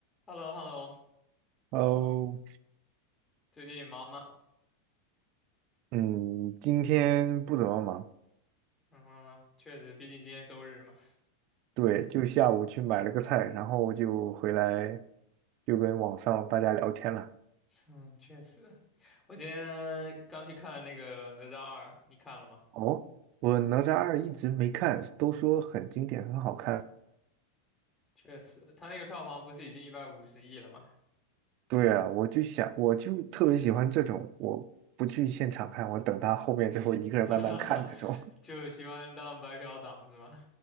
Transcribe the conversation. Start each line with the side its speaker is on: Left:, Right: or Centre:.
Left: h e l l o h e l l o
Right: 哦，
Left: 最近忙吗？
Right: 嗯，今天不怎么忙，
Left: 嗯，确实，毕竟今天周日嘛。
Right: 对，就下午去买了个菜，然后就回来就跟网上大家聊天了。
Left: 嗯，确实，我今天刚去看了那个《哪吒二》，你看了吗？
Right: 哦，我哪吒二一直没看，都说很经典，很好看。
Left: 确实，他那个票房不是已经一百五十亿了吗？
Right: 对啊，我就想，我就特别喜欢这种，我不去现场看，我等他后面之后一个人慢慢看那种。
Left: <laughs> 哈哈哈，就喜欢当白嫖党是吧？